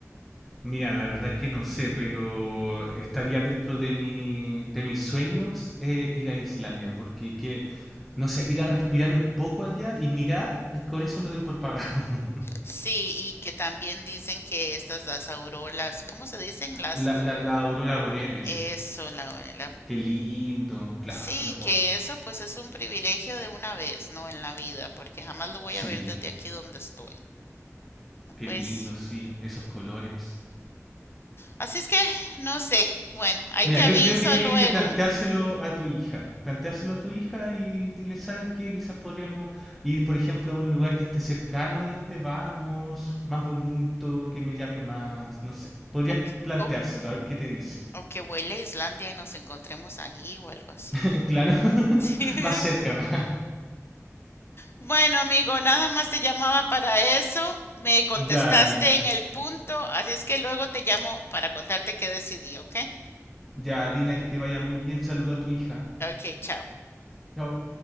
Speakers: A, in the centre; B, on the left.
A: Mira, la verdad es que no sé, pero estaría dentro de mi, de mis sueños eh, ir a Islandia, porque que, no sé, ir a respirar un poco allá y mirar, con eso me doy por pagado. <laughs>
B: Sí, y que también dicen que estas las auroras, ¿cómo se dicen? Las,
A: La, la, la aurora boreales.
B: eso, la, la
A: Qué lindo, claro.
B: Sí,
A: oh,
B: que eso pues es un privilegio de una vez, ¿no? En la vida, porque jamás lo voy
A: sí,
B: a ver desde aquí donde estoy.
A: qué
B: Pues,
A: lindo, sí, esos colores.
B: así es que, no sé. Bueno, ahí
A: Mira,
B: te
A: yo
B: aviso
A: creo que tienes
B: luego.
A: que planteárselo a tu hija. Planteárselo a tu hija y dile, ¿sabes qué? Quizás podríamos ir, por ejemplo, a un lugar que esté cercano de donde vamos, más bonito, que me llame más, no sé. Podrías
B: O, que-
A: planteárselo,
B: o,
A: a ver qué te dice.
B: o que vuele a Islandia y nos encontremos ahí o algo así.
A: <laughs>
B: <laughs>
A: Claro,
B: Sí.
A: <laughs> más cercano.
B: Bueno, amigo, nada más te llamaba para eso. Me contestaste
A: <laughs> Dale.
B: en el punto, así es que luego te llamo para contarte qué decidí, ¿ok?
A: Ya, Dina, que te vaya muy bien. Saluda a tu hija.
B: Ok, chao.
A: Chao.